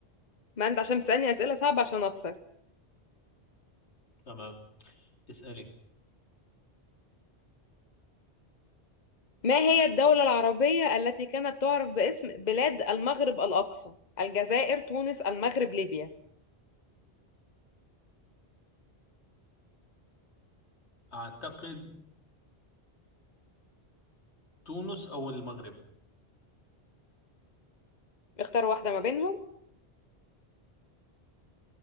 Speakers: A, on the left (about 40°); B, on the left (about 80°).
A: ما أنت عشان تسألني أسئلة صعبة عشان أخسر
B: تمام اسألي
A: ما هي الدولة العربية التي كانت تعرف باسم بلاد المغرب الأقصى؟ الجزائر، تونس، المغرب، ليبيا.
B: أعتقد تونس أو المغرب
A: اختار واحدة ما بينهم.